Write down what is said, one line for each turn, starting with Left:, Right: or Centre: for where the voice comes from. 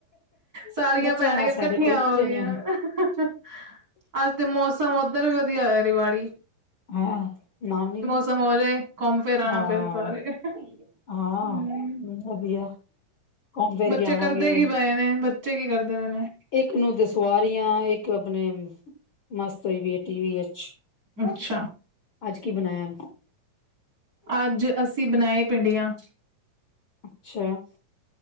Right: ਸਾਰੀਆਂ
Left: ਬੱਚਿਆਂ
Right: ਭੈਣਾਂ
Left: ਨਾਲ
Right: ਇਕੱਠੀਆਂ
Left: ਸਾਡੇ ਕੋਈ ਮਜ਼ੇ
Right: ਹੋ ਗਈਆਂ।
Left: ਨੀ ਆਣੇ
Right: ਅੱਜ ਤੇ ਮੌਸਮ ਉੱਧਰ ਵੀ ਵਧੀਆ ਹੋਇਆ ਰਿਵਾੜੀ।
Left: ਹਾਂ, ਨਾਮ ਨੀ।
Right: ਸਮੋ ਹੋ ਜਾਏ, ਘੁੰਮ ਫੇਰ ਆਉਣਾ
Left: ਹਾਂ
Right: ਫੇਰ ਸਾਰੇ ਹੂੰ।
Left: ਹਾਂ ਵਧੀਆ। ਘੁੰਮ ਫਿਰ
Right: ਬੱਚੇ
Left: ਕੇ ਆਵਾਂਗੇ
Right: ਕਰਦੇ ਕੀ ਪਏ, ਇਹਨੇ ਬੱਚੇ ਕੀ ਕਰਦੇ ਪਏ ਨੇ।
Left: ਇੱਕ ਨੂੰ ਦੁਸਵਾਰੀਆ, ਇੱਕ ਆਪਣੇ ਮਸਤ ਹੋਈ ਵੀ ਹੈ ਟੀ ਵੀ ਵਿਚ।
Right: ਅੱਛਾ
Left: ਅੱਜ ਕੀ ਬਣਾਇਆ?
Right: ਅੱਜ ਅਸੀਂ ਬਣਾਏ ਭਿੰਡੀਆਂ।
Left: ਅੱਛਾ